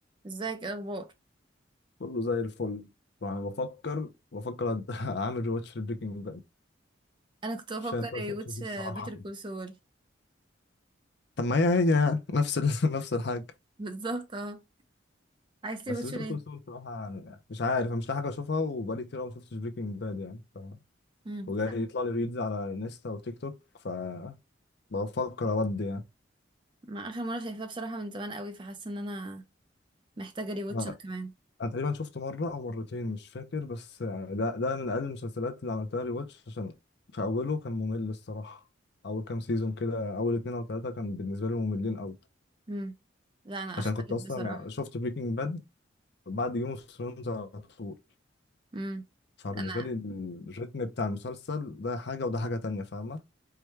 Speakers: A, on the right; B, on the left.
A: ازيك ايه الاخبار
B: كله زي الفل طبعا بفكر بفكر أد- <laughs> اعمل ريواتش في بريكنج باد
A: انا كنت بفكر
B: عشان بس
A: ايه
B: أشوف
A: واتش
B: فيه الصراحه
A: بيتر كول سول
B: طب ما هي هي يعني نفس ال... <laughs> نفس الحاجة
A: <laughs> بالظبط اه عايز تري
B: بس
A: واتش
B: بيتر
A: ليه
B: كول سول الصراحه يعني مش عارف أنا مش لاقي حاجه اشوفها وبقالي كتير أوي ما شفتش بريكنج باد يعني ف...
A: امم
B: وجاي يطلع لي ريلز على انستا وتيك توك ف بفكر اودي يعني
A: ما اخر مره شايفاه بصراحه من زمان قوي فحاسه ان انا محتاجه ري واتش
B: انا
A: انا كمان
B: أنا تقريبا شفته مره او مرتين مش فاكر بس يعني ده ده من اقل المسلسلات اللي عملتها ريواتش عشان في اوله كان ممل الصراحه اول كام سيزون كده اول اتنين او تلاته كان بالنسبه لي مملين قوي
A: امم لا انا
B: عشان
A: اختلف
B: كنت اصلا
A: بصراحه
B: شفت بريكنج باد بعد جيم اوف ثرونز على طول
A: امم
B: فبالنسبه
A: انا
B: لي الريتم بتاع المسلسل ده حاجه وده حاجه تانية فاهمه